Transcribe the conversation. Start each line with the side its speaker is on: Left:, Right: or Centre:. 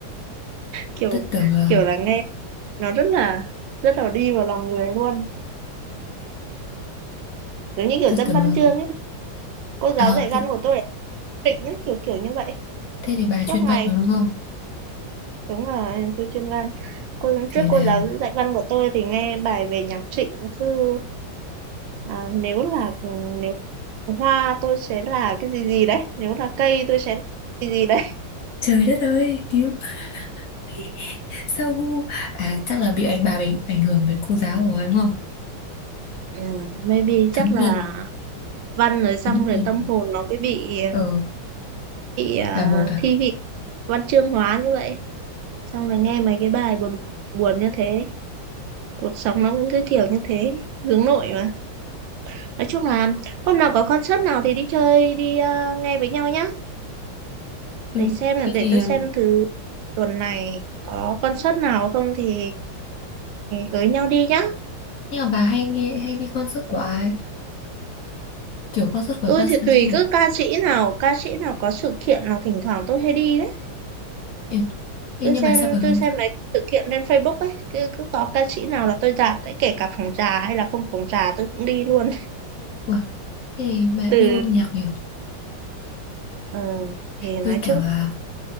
Right: kiểu
Left: Tôi tưởng là
Right: kiểu là nghe nó rất là rất là đi vào lòng người luôn giống như kiểu
Left: tôi
Right: dân
Left: tưởng
Right: văn
Left: là
Right: chương ấy cô giáo
Left: à
Right: dạy
Left: thế,
Right: văn của tôi là tịnh ấy, kiểu kiểu như vậy
Left: thế thì bà
Right: suốt
Left: chuyên
Right: ngày
Left: văn rồi đúng không?
Right: đúng là tôi chuyên văn cô
Left: Thế
Right: trước
Left: nào?
Right: cô giáo dạy văn của tôi thì nghe bài về nhạc Trịnh cứ à, nếu là nếu hoa tôi sẽ là cái gì gì đấy nếu là cây tôi sẽ là cái gì gì đấy
Left: Trời đất ơi, cứu. <laughs> Sao ngu? À chắc là bị ảnh bà bị ảnh hưởng bởi cô giáo rồi đúng không?
Right: ừ, maybe
Left: Thấm
Right: chắc là
Left: nhuần,
Right: văn rồi xong
Left: thấm
Right: rồi
Left: nhuần.
Right: tâm hồn nó cứ bị
Left: Ờ
Right: bị à,
Left: là một à?
Right: thi vị văn chương hóa như vậy xong rồi nghe mấy cái bài buồn buồn như thế cuộc sống nó cũng cứ kiểu như thế hướng nội mà nói chung là hôm nào có concert nào thì đi chơi đi à, nghe với nhau nhá
Left: Ừ.
Right: để xem là
Left: Thế
Right: để
Left: thì
Right: tôi
Left: um,
Right: xem thử tuần này có concert nào không thì với nhau đi nhá
Left: nhưng mà bà hay nghe hay đi concert của ai? Kiểu concert của
Right: Tôi
Left: ca sĩ
Right: thì tùy
Left: ca nào?
Right: cứ ca sĩ nào, ca sĩ nào có sự kiện là thỉnh thoảng tôi hay đi đấy.
Left: Em. Ê,
Right: Tôi
Left: nhưng
Right: xem
Left: mà sao bà Hương?
Right: tôi xem mấy sự kiện trên Facebook ấy, cứ cứ có ca sĩ nào là tôi dạt, đấy, kể cả phòng trà hay là không phòng trà tôi cũng đi luôn. <laughs>
Left: Ủa, thế thì bà
Right: Từ
Left: yêu âm nhạc nhiều.
Right: ờ, thì nói
Left: Tôi kiểu
Right: chung
Left: là